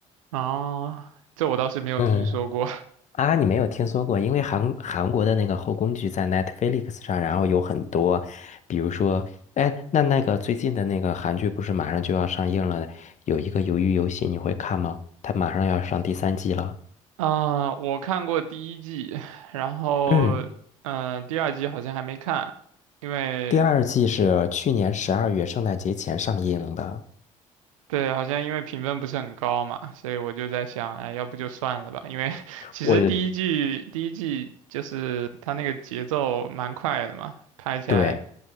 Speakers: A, on the right; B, on the left.
A: 啊，这我倒是没有听说过。
B: 嗯啊，你没有听说过？因为韩韩国的那个后宫剧在 Netflix 上，然后有很多，比如说，哎，那那个最近的那个韩剧不是马上就要上映了？有一个《鱿鱼游戏》，你会看吗？它马上要上第三季了。
A: <laughs> 啊，我看过第一季，然后嗯、
B: 嗯，
A: 呃第二季好像还没看，因为
B: 第二季是去年十二月圣诞节前上映的。
A: 对，好像因为评分不是很高嘛，所以我就在想，哎，要不就算了吧。因为 <laughs> 其实第一季第一季就是它那个节奏蛮快的嘛，
B: 我，
A: 拍起来
B: 对